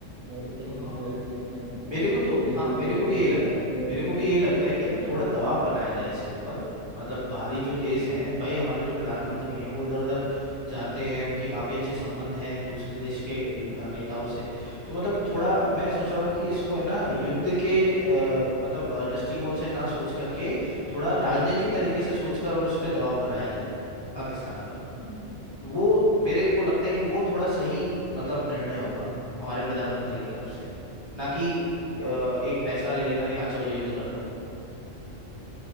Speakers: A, on the right; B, on the left.
A: और इस तरीके
B: हाँ
A: की जो एक्टिविटी है उनको
B: मेरे को तो
A: उनके
B: हाँ
A: लिए कुछ
B: मेरे
A: ना कुछ
B: को भी
A: प्रस्ताव
B: यही लगता
A: रखे
B: है
A: मेरे
B: मेरे
A: हिसाब
B: को भी
A: से
B: यही लगता है कि ना थोड़ा
A: हम्म
B: दबाव बनाया जाए इसके ऊपर मतलब बाहरी जो देश
A: हम्म
B: हैं भाई हमारे जो प्रधानमंत्री हैं वो इधर उधर जाते हैं उनके काफ़ी अच्छे संबंध हैं दूसरे देश के ल- अ, नेताओं से तो मतलब थोड़ा मैं सोच रहा हूँ कि इसको है ना युद्ध के अ, मतलब अ, दृष्टिकोण से ना सोच करके थोड़ा राजनीतिक तरीके से सोचकर और इस पे दबाव बनाया जाए पाकिस्तान पर
A: हम्म
B: वो मेरे को लगता है कि वो थोड़ा सही मतलब निर्णय होगा हमारे प्रधानमंत्री की तरफ से ना कि अ, एक फैसला ले लेना कि हाँ चलो युद्ध कर दो